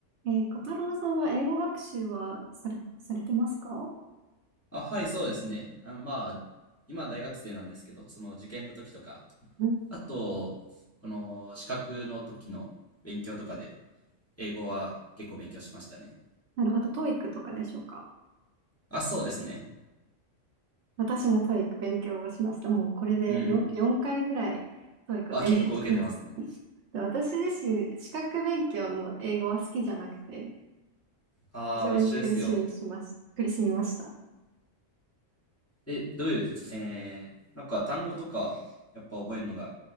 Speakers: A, on the right; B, on the left.
A: えー、小太郎さんは英語学習はされ、されてますか
B: あ、はい、そうですね。あの、まあ、今は大学生なんですけど、その受験の時とか、
A: うん。
B: あと、この資格の時の勉強とかで、英語は結構勉強しましたね。
A: なるほど、トーイックとかでしょうか。
B: あ、そうですね。
A: 私もトーイック勉強をしました。もうこれで4、
B: うん。
A: 4回ぐらいトーイックを勉強しました。
B: あ、結構受けてますね。
A: で私自身、資格勉強の英語は好きじゃなくて、
B: ああ、
A: 非常に苦しみしまし、
B: 一緒ですよ。
A: 苦しみました。
B: え、どういう、えー、なんか単語とか、やっぱ覚えるのが